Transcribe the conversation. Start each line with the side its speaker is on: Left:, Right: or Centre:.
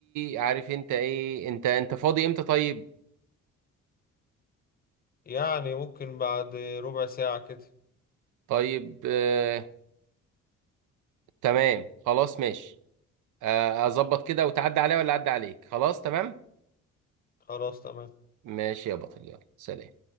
Right: عارف انت ايه انت انت فاضي امتى طيب
Left: يعني ممكن بعد ربع ساعة كده
Right: طيب آه، تمام خلاص ماشي آه، اظبط كده وتعدي عليا ولا اعدي عليك خلاص تمام
Left: خلاص تمام
Right: ماشي يا بطل يلا سلام